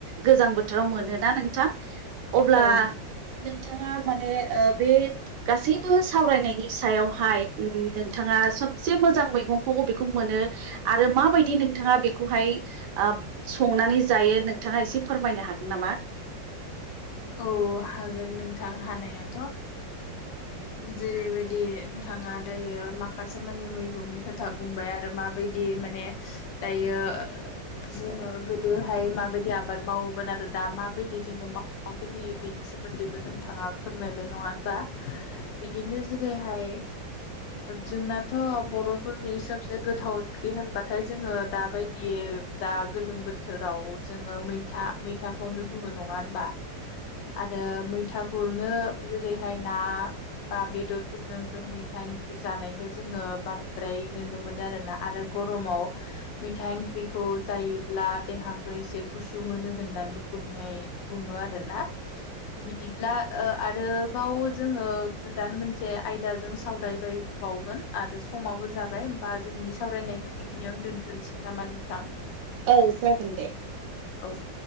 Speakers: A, on the right (about 70°); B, on the left (about 80°).
A: गोजां बोथोराव मोनोना नोंथां
B: औ
A: अब्ला
B: औ
A: नों नोंथाङा माने बे गासैबो सावरायनायनि सायावहाय नोंथाङा सबसे मोजां मैंखौ बेखौ मोनो आरो मा बायदि दि नोंथाङा बेखौहाय संनानै जायो नोंथाङा एसे फोरमायनो हागोन नामा? <inaudible>
B: औ हागोन नोंथां हानायाथ' जेरैबायदि नोंथां आंहा दायो माखासे मानि मैगंनि खोथा बुंबाय आरो माबायदि माने दायो जोङो गोदोहाय माबायदि आबाद मावोमोन आरो दा माबायदि जोङो माव खौ नुयो बिनि सोमोन्दैबो नोंथाङा फोरमायबाय नङा होनबा बिदिनो जेरैहाय जोंनाथ' बर'फोरनि सबसे गोथाव ओंख्रि होनबाथाय जोङो दाबायदि बे दा गोलोम बोथोराव जोङो मैथा मैथाखौनो बुङो नङा होनबा
A: <inaudible>
B: आरो मैथाखौनो जेरैहाय ना बा बेदरफोरजों जों मैथा ओंख्रि जानायखौ जोङो बारद्राय नुनो मोनो आरोना आरो गरमाव मैथा ओंख्रिखौ जायोब्ला देहाखौ एसे गुसु मोनो होननानै बुंनाय बुङो आरोना बिदिब्ला आरोबाव जोङो गोदान मोनसे आयदाजों सावरायबाय बावगोन आरो समाबो जाबाय होमबा जोंनि सावरायनायखौ बेखिनियावनो दोन्थ'सैन नामा नोंथां?
A: औ जागोन दे।
B: औ